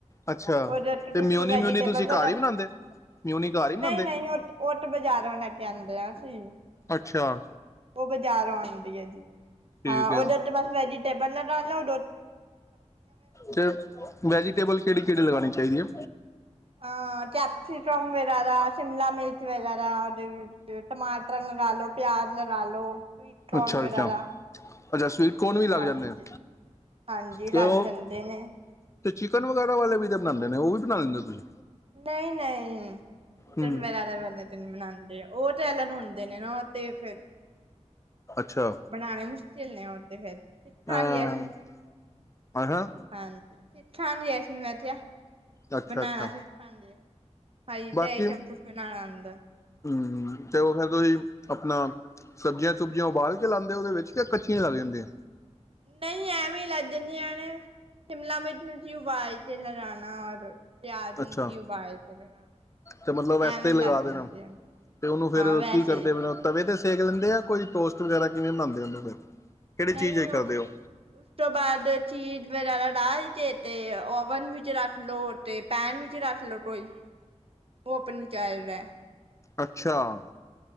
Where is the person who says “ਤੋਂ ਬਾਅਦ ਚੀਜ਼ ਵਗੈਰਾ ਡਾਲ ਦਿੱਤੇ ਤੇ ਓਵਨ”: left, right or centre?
Right